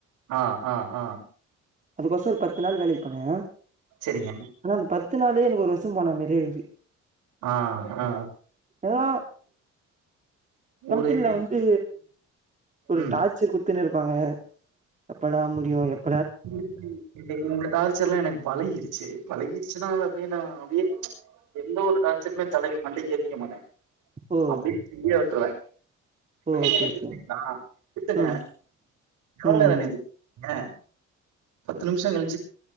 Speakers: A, on the right; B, on the right.
A: ஆ ஆ ஆ
B: அதுக்கோச ஒரு பத்து நாள் வேலைக்கு போனே
A: செரிங்க
B: ஆனா அந்த பத்து நாளே எனக்கு ஒரு வருஷ போன மாரி இருந்ச்சி
A: ஆ ஆ
B: ஏன்னா கம்பெனில
A: ஒரு
B: வந்து ஒரு
A: ம்
B: டார் ச்சர் குத்துன்னு இருப்பாங்க எப்படா முடியு எப்
A: ம் டேய் இந்த டார்ச்சர் எல்லா எனக்கு பழகிடுச்சு பழகிடுச்சுன்னா அது அப்டியே நா அப்டியே எந்த ஒரு டார்ச்சருமே தலைக்கு மண்டைக்கு ஏத்திக்க மாட்ட
B: ஓ
A: அப்டியே ஃபீரியா விட்டுருவ
B: ஓ
A: ங்களா
B: ஓகே ஓகே
A: வித்துங்க
B: ம்
A: எவ்ளோ
B: ம்
A: நேர <inaudible> ங்க பத்து நிமிஷ கழி